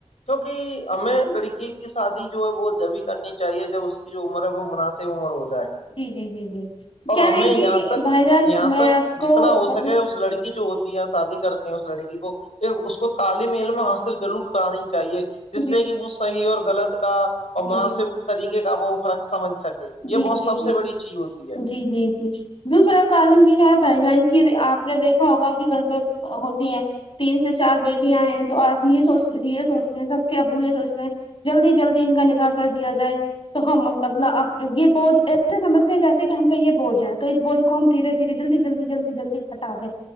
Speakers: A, on the left; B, on the left.
A: کیونکہ ہمیں لڑکی کی شادی جو ہے وہ جبھی کرنی چاہیے جب اس کی جو عمر ہے وہ مناسب سی عمر ہو جائے
B: جی جی جی جی
A: اور
B: کیا
A: ہمیں
B: ہے
A: یہاں
B: کہ
A: تک
B: بھائی جان
A: یہاں
B: میں
A: تک
B: آپ
A: جتنا
B: کو
A: ہو سکے
B: بتا
A: اس لڑکی جو ہو شادی کرتے ہیں اس لڑکی کو یہ اس کو تعلم علم حاصل ضرور کرانی چاہیے جس
B: جی
A: سے کہ وہ صحیح اور غلط کا اور
B: جی
A: مناسب
B: جی
A: طریقے کا وہ فرق سمجھ سکے یہ
B: جی
A: بہت
B: جی
A: سب
B: جی
A: سے بڑی چیز ہوتی ہے
B: جی جی جی دوسرا کارن یہ ہے تائی جان کی آپ نے دیکھا ہوگا کہ گھر میں ہوتی ہیں تین سے چار بیٹیاں ہیں تو آ یہ سوچ یہ سوچتے ہیں سب کے ابو یہ سوچتے ہیں جلدی جلدی ان کا نکاح کر دیا جائے تو ہم مطلب اب یہ بوجھ ایسے سجھتے ہیں جیسے کہ ہم پہ یہ بجھ ہے تو اس بوج کو ہمھیے دھیرے جلدی جلدی جلدی جلدی ہٹا دیں